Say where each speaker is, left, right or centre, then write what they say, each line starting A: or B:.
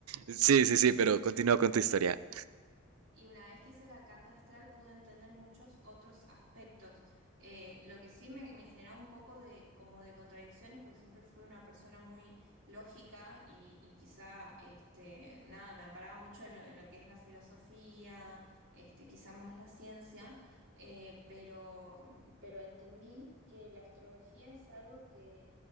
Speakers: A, on the right; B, on the right.
A: Sí, sí, sí, pero continúa con tu historia.
B: Y una vez que hice la carta astral pude entender muchos otros aspectos. Eh, lo que sí me, me generaba un poco de como de contradicciones porque siempre fui una persona muy lógica y, y quizá este, nada, me amparaba mucho en lo, en lo que es la filosofía, este, quizá más la ciencia, eh, pero, pero entendí que la astrología es algo que